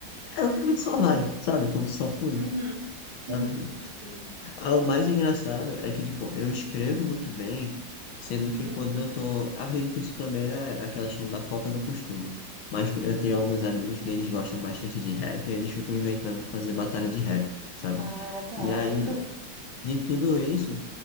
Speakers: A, on the left; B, on the right.
A: É, literalmente só vai, sabe? Quando só flui.
B: Uhum. <laughs>
A: Tá
B: Uhum.
A: muito
B: Sim.
A: Ah, o mais engraçado é que, tipo, eu escrevo muito bem, sendo que
B: Uhum.
A: quando eu tô. Acredito que isso também é aquela questão da falta do costume. Mas eu tenho
B: É.
A: alguns amigos que eles gostam bastante de rap, e eles ficam inventando de fazer batalha de rap, sabe?
B: Ah, tá.
A: E aí,
B: <laughs> Uhum.
A: de tudo isso,